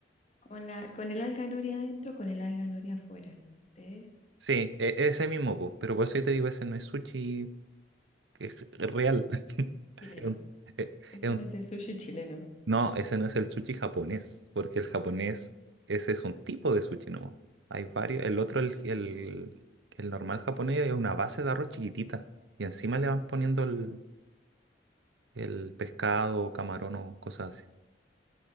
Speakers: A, on the left (about 40°); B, on the right (about 90°).
A: con la, con el alga noria adentro, con el alga noria afuera. Ustedes,
B: Sí, e- ese mismo, po, pero por eso yo te digo, ese no es sushi, es, es real. <laughs>
A: chileno.
B: Es un- es-
A: Ese
B: es un-
A: no es el sushi chileno.
B: no, ese no es el sushi japonés, porque el japonés, ese es un tipo de sushi, ¿no? Hay varios, el otro, el, el, el normal japonés es una base de arroz chiquitita, y encima le van poniendo el, el pescado, camarón o cosas así.